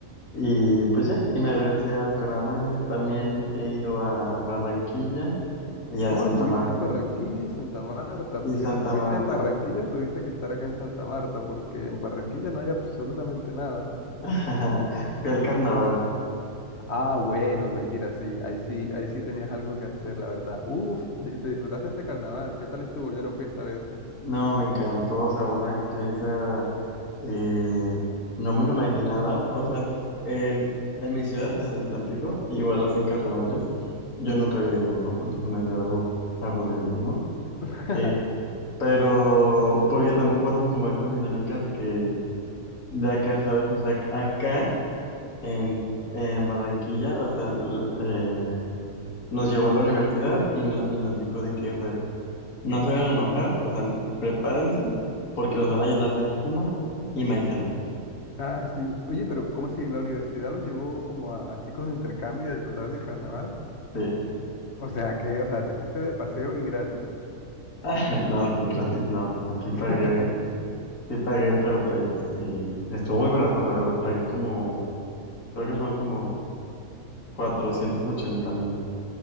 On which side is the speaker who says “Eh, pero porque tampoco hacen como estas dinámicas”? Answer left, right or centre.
Left